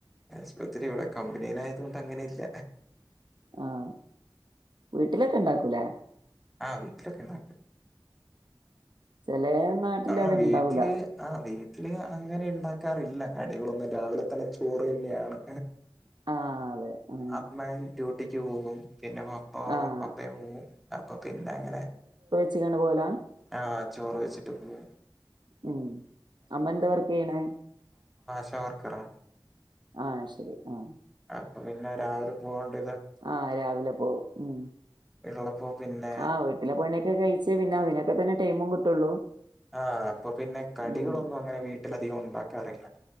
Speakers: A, in the centre; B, on the right (about 55°).
A: സ്പത്തിരി ഇവിടെ കമ്പനിയിലായതൊണ്ട് അങ്ങനെ ഇല്ല
B: ആഹ വീട്ടിലൊക്കെ ണ്ടാക്കൂലേ
A: ആഹ വീട്ടിലൊക്കെ ഉണ്ടാക്കും
B: ചെലേ നാട്ടില്
A: ആ
B: അത്
A: വീട്ടില്
B: ഇണ്ടാവൂല
A: ആ വീ ട്ടിൽ. അങ്ങനെ ണ്ടാക്കാറില്ല കടികളൊന്നും രാവിലെ തന്നെ ചോറ് തന്നെയാണ്
B: ആഹ് അതെ ഉം
A: അമ്മയും ഡ്യൂട് ട്ടിക്ക്‌ പോകും പിന്നെ പപ്പ
B: ആഹ്
A: പപ്പയും പോവും പ്പൊ പിന്നെ അങ്ങനെ
B: ച്ച്കാണ്ട് പോവാലാ
A: ആ ചോറ് വെച്ചിട്ട് പോവും
B: ഉം അമ്മ ന്താ വർക്കെയ്യണേ
A: ശ വർക്കറാ
B: ആ ശരി ആ
A: അപ്പൊ പിന്നെ രാവിലെ പോകണ്ട്
B: ആഹ് രാവിലെ പോവും ഉ
A: ഉള്ളപ്പോ പിന്നെ
B: ആ് വീട്ടിലെ പണിയൊക്കെ കഴിച്ച് പിന്നെ അതിനൊക്കെ തന്നെ ടൈമും കിട്ടുള്ളൂ
A: ആഹ അപ്പൊ പിന്നെ കടികളൊന്നും
B: ഉം
A: അങ്ങനെ വീട്ടില അധികം ഉണ്ടാക്കാറില്ല